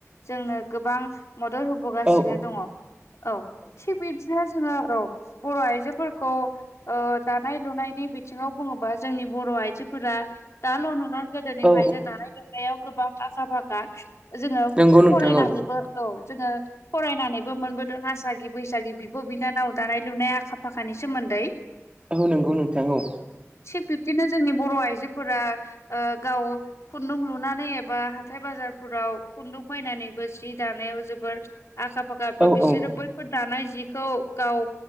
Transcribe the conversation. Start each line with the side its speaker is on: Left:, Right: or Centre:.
Left: जोंनो गोबां मद'द होबोगासिनो
Right: औ
Left: दङ। औ थिग बिबदिनो जोङो औ बर' आइजोफोरखौ ओ दानाय लुनायनि बिथिङाव बुङोबा जोंनि बर' आइजोफोरा दाल' नङा गोदोनिफ्रायनो
Right: औ
Left: दानाय लुनायाव गोबां आखा फाखा जोङो
Right: नंगौ नोंथां
Left: फरायनानैबो
Right: औ
Left: औ जोङो फरायनानैबो मोनबोदों आसागि बैसागि बिब' बिनानाव दानाय लुनाय आखा फाखानि सोमोन्दै
Right: औ नंगौ नोंथां औ।
Left: थिग बिबदिनो जोंनि बर' आइजोफोरा गाव खुन्दुं लुनानै एबा हाथाय बाजार बाजारफोराव खुन्दुं बायनानैबो जि दानायाव जोबोर आखा फाखा बा
Right: औ
Left: बिसोरो
Right: औ
Left: बैफोर दानाय जिखौ गाव